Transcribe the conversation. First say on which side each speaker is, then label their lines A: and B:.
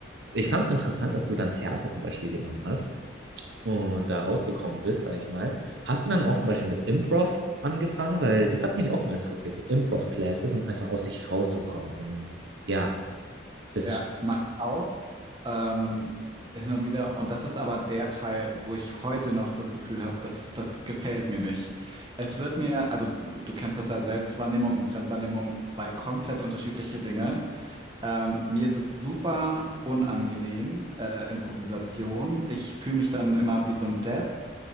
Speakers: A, on the right; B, on the right.
A: ich fand es interessant, dass du dann Theater zum Beispiel genommen hast und da rausgekommen bist, sag ich mal. Hast du dann auch zum Beispiel mit Improv angefangen? Weil das hat mich auch mal interessiert, so Improv-Classes, um einfach aus sich rauszukommen. Und ja, das
B: Ja. Macht auch ähm, hin und wieder. Und das ist aber der Teil, wo ich heute noch das Gefühl habe, dass das gefällt mir nicht. Es wird mir, also du kennst das ja, Selbstwahrnehmung und Fremdwahrnehmung, zwei komplett unterschiedliche Dinge. Ähm, mir ist es super unangenehm, äh, Improvisation. Ich fühle mich dann immer wie so ein Depp